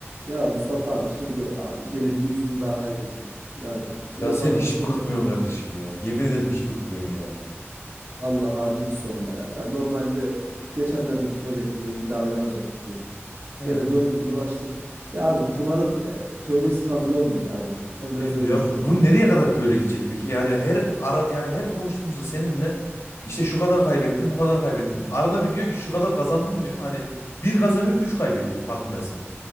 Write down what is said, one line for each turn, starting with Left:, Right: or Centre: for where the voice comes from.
Right: Ya Mustafa abi şimdi abi gene bir yüz bin daha kaybettim. Yani benim
Left: Ya sen
Right: var ya
Left: hiç
Right: bu poker
Left: bıkmıyorsun kardeşim ya. Yemin ederim hiç bıkmıyorsun ya.
Right: Allah abi hiç sorma ya. Ya normalde geçenlerde bir tövbe ettim dedim bir daha oynamayacağım dedim.
Left: He.
Right: Gene döndüm dolaştım. Ya abi kumarın e, tövbesi kabul olmuyor ya bence. Ben biraz öyle
Left: Ya
Right: düşünüyorum
Left: bu
Right: yani.
Left: nereye kadar böyle gidecek peki? Yani her ara yani her konuştuğumuzda seninle işte şu kadar kaybettim, bu kadar kaybettim. Arada bir diyorsun ki şu kadar kazandın diyorsun. Hani bir kazanıyorsun, üç kaybediyorsun farkındaysan.